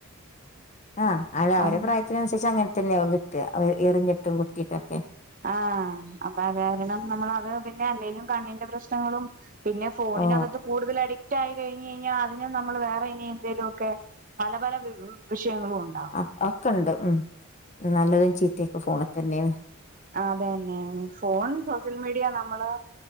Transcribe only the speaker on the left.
ആഹ് അല്ല അവരെ
പ്രായത്തി ത്തിനന്സരിച്ച് അങ്ങന് തന്നെയാവും കിട്ട എറിഞ്ഞിട്ടും കുത്തിട്ടൊക്കെ
ഓ
അഒക്കെ ഉണ്ട് ഉം നല്ലതും ചീത്തയൊക്കെ ഫോണിതന്നെണ്